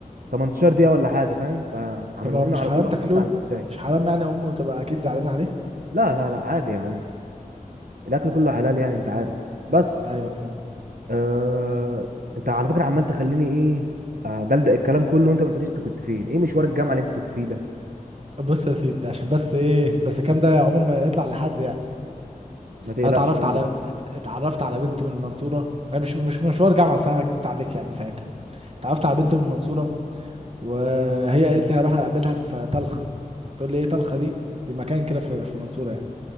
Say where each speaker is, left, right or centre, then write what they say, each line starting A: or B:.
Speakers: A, on the right; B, on the right.
A: 18 دقيقه ولا حاجه فاهم فعملوه
B: طب هو
A: لنا
B: مش
A: على
B: حرام
A: طول وحطوه
B: تاكلوه
A: لنا على البيتزا
B: مش حرام يعني امه تبقى اكيد زعلانه عليه
A: لا لا لا عادي يا عم الاكل كله حلال يعني انت عارف بس
B: ايوه فاهم
A: آه... انت على فكره عمال تخليني ايه آه، دلدق الكلام كله وانت ما قلتليش انت كنت فين ايه مشوار الجامعه اللي انت كنت فيه ده
B: بص يا سيدي عشان بس ايه بس الكلام ده عمره ما يطلع لحد يعني
A: ما تقلقش
B: انا اتعرفت
A: قول
B: على
A: لي بس
B: ات- اتعرفت على بنت من المنصوره هي مش مش مشوار جامعه صح انا كدبت عليك يعني ساعتها اتعرفت على بنت من المنصوره وهي قالت لي هروح اقابلها في طلخه هتقول لي ايه طلخه دي دي مكان كده في في المنصوره يعني